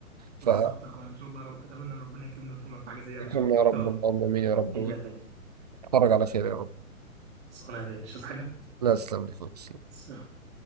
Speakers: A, on the right; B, on the right.
A: فاكرم
B: بالظبط يا أخويا إن شاء الله يا رب أتمنى إن ربنا يكرمني ويكرمك في حاجة زي دي يعني يا
A: يا
B: رب
A: رب
B: يا رب
A: اللهم آمين يا رب
B: جيب يا تاني
A: ويتخرج على خير يا رب
B: خلاص، أنا يا غالي. مش عايز حاجة
A: لا تسلم لي خالص
B: سلام.